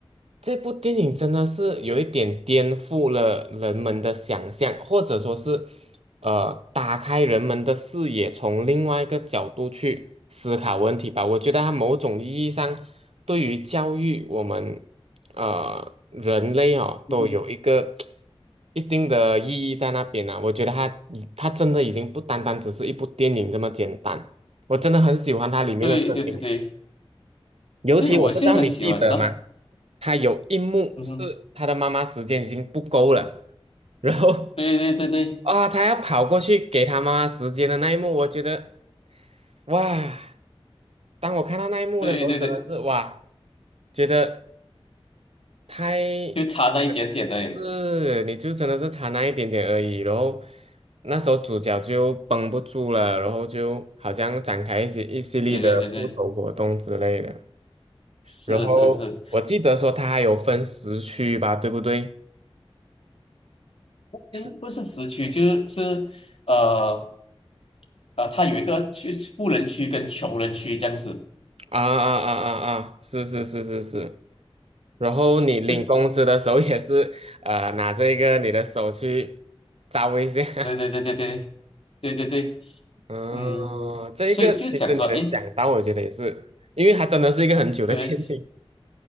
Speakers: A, on the right; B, on the left.
A: 这部电影真的是有一点颠覆了人们的想象，或者说是。呃，打开人们的视野，从另外一个角度去思考问题吧。我觉得它某种意义上对于教育我们呃人类哦，都有一个
B: 嗯
A: 一定的意义在那边呢、我觉得它已它真的已经不单单只是一部电影这么简单，我真的很喜欢它里面的设定。
B: 对对对对
A: 尤其我不知道你记得吗？
B: 对，我现在很喜欢呢。
A: 他有一幕是他的妈妈时间已经不够了，
B: 嗯哼，
A: 然后
B: 对对对对
A: <laughs> 啊，他要跑过去给他妈妈时间的那一幕，我觉得哇，当我看到那一幕的时候，
B: 对对对，
A: 真的是哇，觉得太
B: 就差那一点点而已。
A: 嗯是，你就真的是差那一点点而已，然后那时候主角就绷不住了，然后就好像展开一些一系列的复仇活动之类的。
B: 对对对对，是是是。
A: 然后我记得说它还有分时区吧，对不对？是，
B: 嗯，不是市区，就是是，呃啊，它有一个区富人区跟穷人区这样子，
A: 啊啊啊啊啊！是是是是是。然后你领工资的时候也是，
B: 是是，
A: 呃，拿这个你的手去招一下。<laughs>
B: 对对对对对对对对，
A: 嗯，
B: 嗯，
A: 这一个其实你能想到，
B: 所以就讲说，诶，
A: 我觉得也是，因为它真的是一个很久的
B: 对，
A: <laughs> 天影。